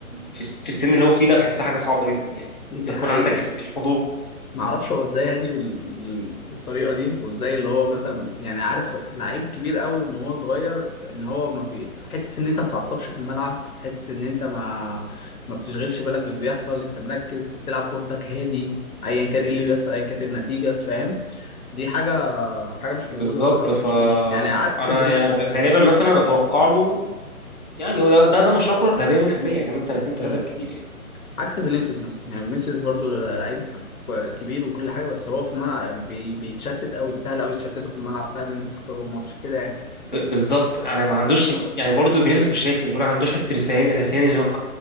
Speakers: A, on the left; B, on the left.
A: في, الس- في السن اللي هو فيه ده بحسها حاجه صعبه جدا يعني
B: دي
A: انت تكون
B: حقيقة
A: عندك ال- الحضور
B: ما اعرفش هو ازاي هادي بال... بال... بالطريقه دي وازاي اللي هو مثلا يعني عارف لعيب كبير قوي من هو صغير ان هو ما بي... حته ان انت ما تعصبش في الملعب حته ان انت ما ما بتشغلش بالك باللي بيحصل انت مركز بتلعب كورتك هادي ايا كان ايه اللي بيحصل ايا كانت النتيجه فاهم دي حاجه حاجه مش
A: بالظبط
B: موجوده الصراحه
A: فانا
B: مش موجودة. يعني عكس فينيسيوس
A: يعني غالبا مثلا اتوقع له يعني هو ده ده ده مشروع كرة ذهبية 100% كمان سنتين ثلاثة
B: امم
A: كتير يعني
B: عكس فينيسيوس مثلا يعني فينيسيوس برضو لعيب كو- كبير وكل حاجه بس هو في الملعب بي... بيتشتت قوي سهل قوي تشتته في الملعب سهل ان انت تخرجه من الماتش كده يعني
A: ب- بالظبط انا ما عندوش يعني برضه فينيسيوس مش راسي مش بقول عندوش حتة الرسيان الرسيان اللي هو